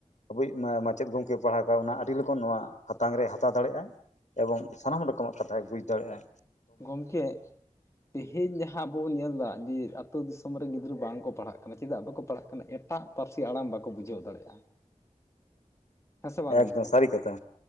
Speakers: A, on the left (about 55°); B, on the left (about 20°).
A: ᱟᱵᱚᱭᱤᱡ ᱢᱟᱪᱮᱫ ᱜᱚᱝᱠᱮ ᱯᱟᱲᱦᱟᱣ ᱠᱚᱣᱟ ᱚᱱᱟ ᱟᱹᱰᱤ ᱞᱚᱜᱚᱱ ᱱᱚᱣᱟ ᱦᱟᱛᱟᱝ ᱨᱮᱭ ᱦᱟᱛᱟᱣ ᱫᱟᱲᱮᱭᱟᱜ ᱟᱭ ᱮᱵᱚᱝ ᱥᱟᱱᱟᱢ ᱨᱚᱠᱚᱢᱟᱜ ᱠᱟᱛᱷᱟᱭ ᱵᱩᱡᱽ ᱫᱟᱲᱮᱭᱟᱜ-ᱟ
B: ᱜᱚᱢᱠᱮ ᱛᱮᱦᱮᱧ ᱡᱟᱦᱟᱸ ᱟᱵᱚ ᱵᱚᱱ ᱧᱮᱞᱫᱟ ᱡᱮ ᱟᱛᱳ ᱫᱤᱥᱚᱢ ᱨᱮ ᱜᱤᱫᱽᱨᱟᱹ ᱵᱟᱝᱠᱚ ᱯᱟᱲᱦᱟᱜ ᱠᱟᱱᱟ ᱪᱮᱫᱟᱜ ᱵᱟᱠᱚ ᱯᱟᱲᱦᱟᱜ ᱠᱟᱱᱟ ᱮᱴᱟᱜ ᱯᱟᱹᱨᱥᱤ ᱟᱲᱟᱝ ᱵᱟᱠᱚ ᱵᱩᱡᱷᱟᱹᱣ ᱫᱟᱲᱮᱭᱟᱜᱼᱟ ᱦᱮᱸ ᱥᱮ ᱵᱟᱝ
A: ᱮᱠᱫᱚᱢ
B: ᱜᱚᱢᱠᱮ?
A: ᱥᱟᱹᱨᱤ ᱠᱟᱛᱷᱟ